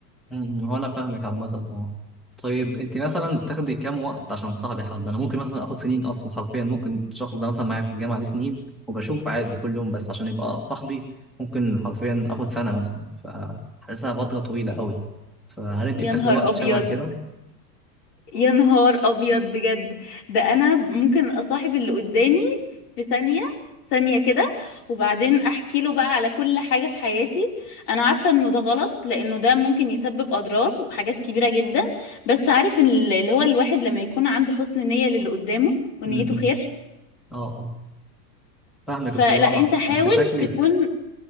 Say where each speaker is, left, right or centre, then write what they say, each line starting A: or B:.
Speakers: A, in the centre; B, on the left (about 70°).
A: أمم، هو انا فاهمك عامة اه طيب انت مثلا بتاخدي كام وقت عشان تصاحبي حد انا ممكن مثلا اخد سنين اصلا حرفيا ممكن الشخص ده مثلا معايا في الجامعة دي سنين وبشوف عادي كل يوم بس عشان يبقى صاحبي ممكن حرفيا اخد سنة مثلا فحاسسها فترة طويلة قوي فهل انت
B: يا
A: بتاخدي
B: نهار
A: وقت
B: ابيض
A: شبه كده
B: يا نهار ابيض بجد ده انا ممكن اصاحب اللي قدامي في ثانية ثانية كده وبعدين احكي له بقى على كل حاجة في حياتي انا عارفة انه ده غلط لانه ده ممكن يسبب اضرار وحاجات كبيرة جدا بس عارف إن اللي هو الواحد لما يكون عنده حسن نية للي قدامه ونيته
A: امم
B: خير
A: اه آه. فاهمك
B: فلا
A: بصراحة
B: انت حاول
A: انت شكلك
B: تكون